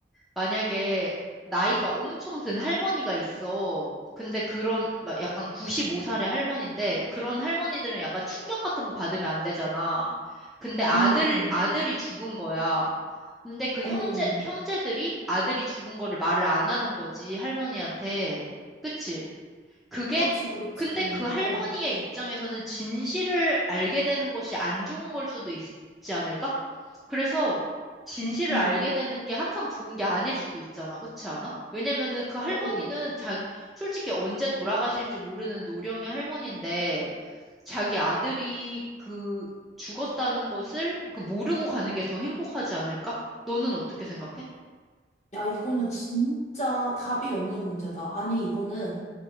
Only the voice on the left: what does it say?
응 응.
어.
그렇지, 그렇지.
어.
음, 음.
오,
야, 이거는 진짜 답이 없는 문제다. 아니, 이거는,